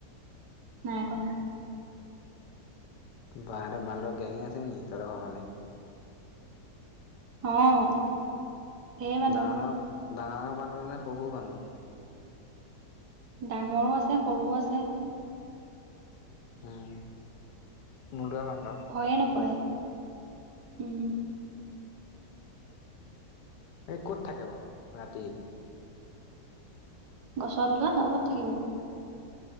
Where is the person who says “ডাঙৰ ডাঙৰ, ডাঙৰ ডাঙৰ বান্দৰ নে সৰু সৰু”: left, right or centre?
Left